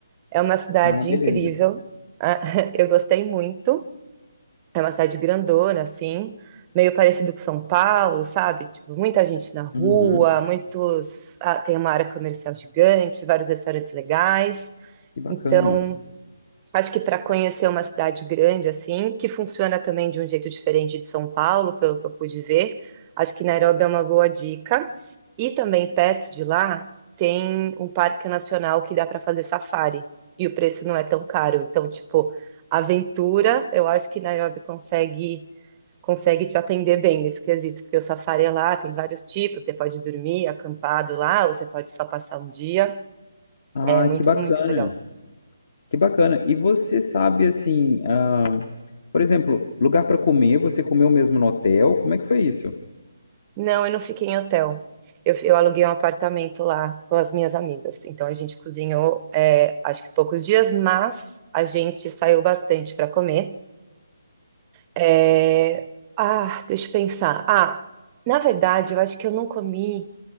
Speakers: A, on the right; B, on the left.
A: É uma cidade
B: Ah, beleza.
A: incrível, <laughs> eu gostei muito. É uma cidade grandona, assim, meio parecido com São Paulo, sabe? Tipo, muita gente na rua,
B: Uhum.
A: muitos. ah, tem uma área comercial gigante, vários restaurantes legais.
B: Que bacana.
A: Então, Acho que para conhecer uma cidade grande assim, que funciona também de um jeito diferente de São Paulo, pelo que eu pude ver, acho que Nairobi é uma boa dica. E também perto de lá tem um parque nacional que dá para fazer safari e o preço não é tão caro. Então, tipo, aventura, eu acho que Nairobi consegue consegue te atender bem nesse quesito, porque o safari é lá, tem vários tipos, você pode dormir acampado lá, ou você pode só passar um dia.
B: Ah,
A: É muito,
B: que bacana.
A: muito legal.
B: Que bacana. E você sabe, assim, ah, por exemplo, lugar para comer, você comeu mesmo no hotel? Como é que foi isso?
A: Não, eu não fiquei em hotel. Eu, eu aluguei um apartamento lá com as minhas amigas. Então a gente cozinhou, é, acho que poucos dias, mas a gente saiu bastante para comer. É, Ah, deixa eu pensar. Ah, na verdade, eu acho que eu não comi